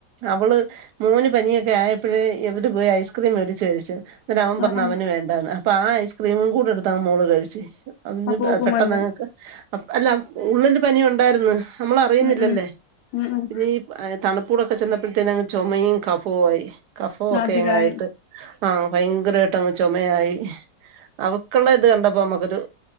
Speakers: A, on the right; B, on the left.
A: അവള് മോന് പനിയൊ ക്കെ ആയപ്പഴേ ഇവര് പോയി ഐസ്ക്രീം മേിടിച്ച് കഴിച്ചു ന്നട്ട് അവൻ പറഞ്ഞു
B: ആ ആ
A: അവന് വേണ്ടാന്ന് അപ്പൊ ആ ഐസ്ക്രീമും കൂടെടുത്തങ് മോള് കഴിച്ചു അ
B: അപ്പൊ ഓക്കും
A: പെട്ടെന്ന്
B: വന്ന്
A: ങ്ങക്ക് അല്ല ഉള്ളില് പനി ഉണ്ടായിരുന്നു നമ്മളറിയുന്നില്ലല്ലേ
B: ഉം ഉം ഉം ഉം
A: പിന്നീ തണുപ്പൂടൊക്കെ ചെന്നപ്പോഴത്തേനങ് ചുമയും കഫവും ആയി കഫോ ഒക്കെ
B: ആതികായ
A: എങ്ങായിട്ട് ആഹ് ഭയങ്കര പെട്ടന്ന് ചുമയായി അവക്കുള്ള ഇത് കണ്ടപ്പോ നമുക്കൊരു